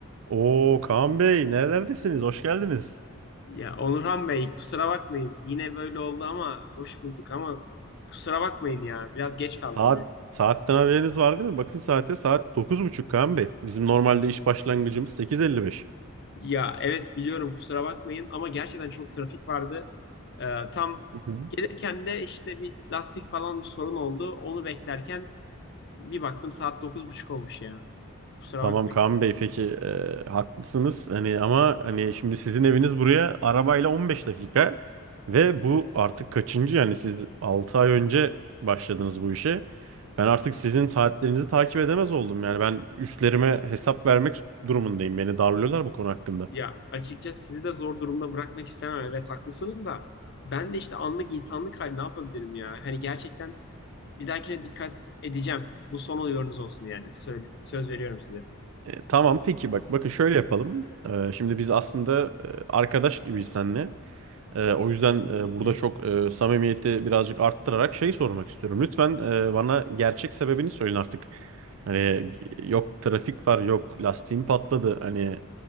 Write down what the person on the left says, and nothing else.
Ya Onurhan Bey kusura bakmayın. Yine böyle oldu ama hoş bulduk ama kusura bakmayın ya. Biraz geç kaldım
yine.
Ya evet biliyorum kusura bakmayın ama gerçekten çok trafik vardı. Ee, tam
gelirken de işte bir lastik falan bir sorun oldu. Onu beklerken bir baktım saat dokuz buçuk olmuş ya. Kusura
bakmayın.
Ya açıkçası sizi de zor durumda bırakmak istemem. Evet haklısınız da ben de işte anlık insanlık hali ne yapabilirim ya? Hani gerçekten Bir dahakine dikkat edeceğim. Bu son oluyorunuz olsun yani. Söyle- söz veriyorum size.
Hı hı.